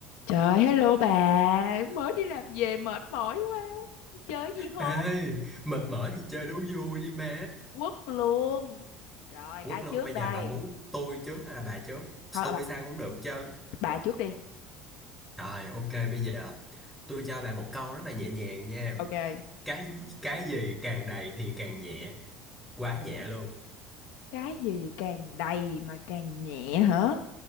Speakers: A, on the left; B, in the centre.
A: Trời, hello bà, mới đi làm về mệt mỏi quá. Chơi gì không?
B: Ê, mệt mỏi thì chơi đố vui đi má.
A: Quất luôn. Rồi,
B: Quất
A: ai
B: luôn,
A: trước
B: bây giờ
A: đây?
B: bà muốn tôi trước hay là bà trước?
A: Thôi,
B: Tôi
A: bà,
B: sao cũng được chứ.
A: bà trước đi.
B: Rồi, ok, bây giờ tôi cho bà một câu rất là nhẹ nhàng nha.
A: Ok.
B: Cái cái gì càng đầy thì càng nhẹ, quá
A: Ủa,
B: nhẹ luôn.
A: cái gì càng đầy mà càng nhẹ hả?